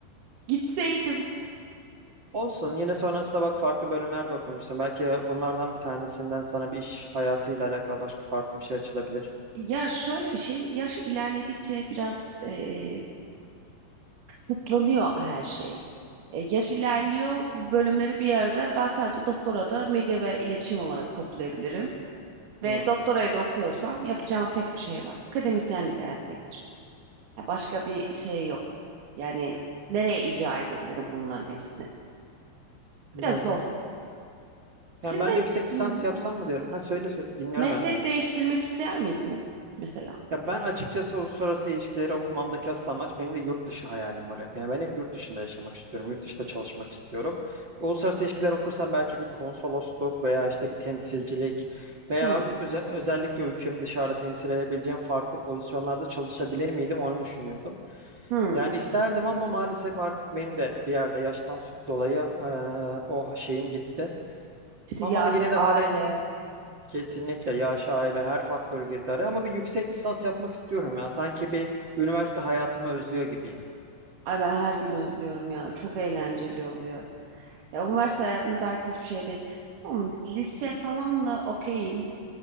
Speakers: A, on the right; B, on the right.
A: Gitseydim.
B: Olsun. Yine sonrasında bak farklı bölümler de okumuşsun. Belki bunlardan bir tanesinden sana bir iş hayatıyla alakalı başka farklı bir şey açılabilir.
A: Ya şöyle bir şey, yaş ilerledikçe biraz e, kısıtlanıyor her şey. E, yaş ilerliyor, bölümleri bir arada ben sadece doktora da medya ve iletişim olarak toplayabilirim. Ve
B: Hmm,
A: doktorayı da okuyorsam yapacağım tek bir şey var. Akademisyenlik hayatına geçmek. Ya başka bir şey yok. Yani nereye icra edebilirim bunların hepsini? Biraz
B: doğru.
A: zor. Siz
B: Yani ben
A: me-
B: de yüksek lisans
A: Hı hı.
B: yapsam mı diyorum. Ha söyle söyle. Dinliyorum
A: meslek
B: ben seni.
A: değiştirmek ister miydiniz mesela?
B: Ya ben açıkçası uluslararası ilişkileri okumamdaki asıl amaç benim de yurt dışı hayalim var hep. Yani ben hep yurt dışında yaşamak istiyorum. Yurt dışında çalışmak istiyorum. Uluslararası ilişkiler okursam belki bir konsolosluk veya işte bir temsilcilik veya
A: Hı
B: öze- özellikle ülkemi dışarıda temsil edebileceğim farklı pozisyonlarda çalışabilir miydim onu düşünüyordum.
A: hı.
B: Yani isterdim ama maalesef artık benim de bir yerde yaştan dolayı eee, o şeyim gitti.
A: İşte
B: Ama
A: yaş,
B: yine de
A: aile.
B: halen kesinlikle yaş, aile her faktör girdi araya. Ama bir yüksek lisans yapmak istiyorum ya. Sanki bir üniversite hayatımı özlüyor gibiyim.
A: Ay ben her gün özlüyorum ya. Çok eğlenceli oluyor. Ya üniversite hayatında belki de hiçbir şey değil. Tamam, lise falan da okeyim.